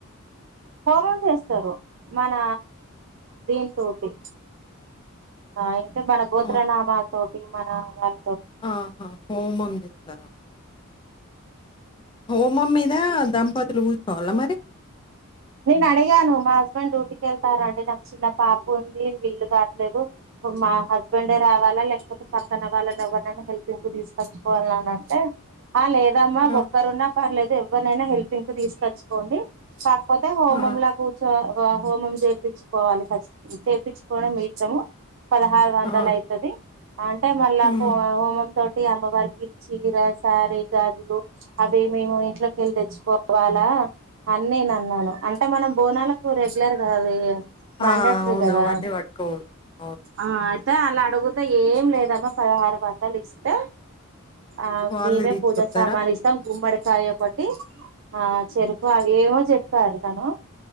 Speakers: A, on the right; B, on the left.
A: కోపం చేస్తారు మన దీని తోటి అయితే మన గోత్రనామాల
B: ఆ,
A: తోటి మన వాళ్ళ
B: ఆహా హోమము చేస్తారా? ఓ హోమం మీదా దంపతులు కూర్చోవాలా మరి
A: నేను అడిగాను మా హస్బెండ్ డ్యూటీకి వెళ్తారండి నాకు చిన్న పాప ఉంది వీలు కావట్లేదు మా హస్బెండే రావాలా లేకపోతే పక్కన వాళ్ళని ఎవరిరైనా హెల్ప్ ఇంకా తీసుకొచ్చుకోవాల అని అంటే ఆ లేదమ్మా
B: ఆ!
A: ఒక్కరున్నా పర్లేదు ఎవరినైనా హెల్ప్ంగ్క్ తీసుకచ్చుకోండి. కాకపోతే హోమము
B: ఆ!
A: లో కూర్చోవాలి హోమం చేయించుకోవాలి కచ్చితంగా చేయించుకోవడం మీ ఇష్టం. పదహారు వందలు
B: ఆ!
A: అవుతుది అంటే మళ్ళా
B: హ్మ్.
A: హోమం తోటీ అ అమ్మవారికి చీర, సార, గాజులు అవి మేము ఇంట్లోకి వెళ్ళి తెచ్చుకోవాలా అని నేను అన్నాను అంటే మన బోనాలకు రెగ్యులర్గాది మండేటరు
B: ఆ! అవును.
A: కదా
B: అవన్నీ పట్టుకోకూడదు. అవును.
A: ఆ అ అలా అడుగుతే ఏం లేదమ్మా పదహారు వందలు ఇస్తే ఆ
B: వాళ్ళే
A: మేమే
B: తీసుకొస్తారా?
A: పూజ సామానిస్తాం గుమ్మడి కాయ పట్టి ఆ చెరుకు అవి ఏమోమో చెప్పారు తను